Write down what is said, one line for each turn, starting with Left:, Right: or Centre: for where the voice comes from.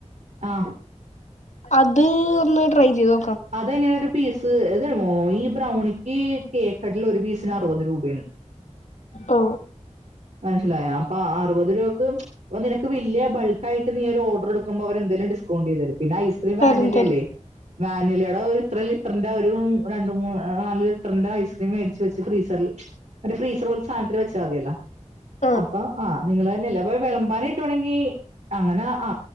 Right: ആ
Left: അത് ഒന്ന് ട്രൈ ചെയ്തോ
Right: അതന്നെ ഒരു പീസ് ഏ <unintelligible> ഈ ബ്രൗണിക്ക് കേക്ക് ഹട്ടിൽ ഒരു പീസിന് അറുപത് രൂപയാണ്
Left: ഓ
Right: മനസിലായ അപ്പ അ അറുപതു രൂപയ്ക്ക് അപ്പൊ നിനക്ക് വല്യ ബൾക്കായിയിട്ട് നീ ഒരു ഓർഡറെടുക്കുമ്പോ അവരെന്തായലും ഡിസ്കൗണ്ട് ചെയ്തു കൊടുക്കും പിന്നെ ഐസ്ക്രീം
Left: തരും
Right: വാനില
Left: തരും
Right: ഇല്ലേ വാനിലയുടെ ഒരു ഇത്ര ലിറ്ററിന്റെ ഒരു രണ്ട് മൂന്ന് നാല് ലിറ്ററിന്റെ ഐസ്ക്രീം മേടിച്ച് വെച്ച് ഫ്രീസറില് ഫ്രീസർ പോലത്തെ സാനത്തില് <unintelligible>
Left: ആഹ്
Right: അപ്പൊ ആഹ് നിങ്ങള് തന്നെയല്ലേ ഇപ്പൊ വിളമ്പാനായിട്ടു വേണെങ്കി അങ്ങനെ ആ